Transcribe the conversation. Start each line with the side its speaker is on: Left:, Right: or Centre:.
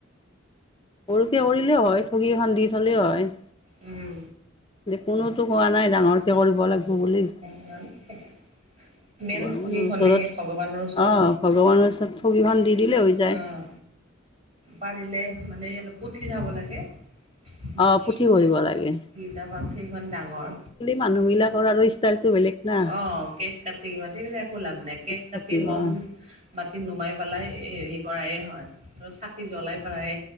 Left: সৰুকে কৰিলেও হয়, ঠগী এখন দি থ'লেও হয়।
Right: উম।
Left: কোনোতো কোৱা নাই ডাঙৰকে কৰিব লাগিব বুলি।
Right: <unintelligible> মেইন
Left: ভগৱানৰ
Right: ঠগী খনেই
Left: ওচৰত
Right: সেই ভগৱানৰ ওচৰত
Left: অ' ভগৱানৰ ওচৰত ঠগিখন দি দিলে হৈ যায়।
Right: আহ। পাৰিলে মানে অলপ পঠি যাব লাগে। <unintelligible>
Left: অ' পুথি কৰিব লাগে।
Right: সেইখন ডাঙৰ
Left: মানুহ বিলাকৰ আৰু ষ্টাইলটো বেলেগ। না
Right: অ', কেক কাটি মাটি পেলাই একো লাভ নাই, কেক কাটি
Left: কাটিব
Right: ম'ম
Left: অ'
Right: বাতি নুমাই পেলাই হেৰি কৰাই হয় আৰু চাকি জ্বলাই পেলাই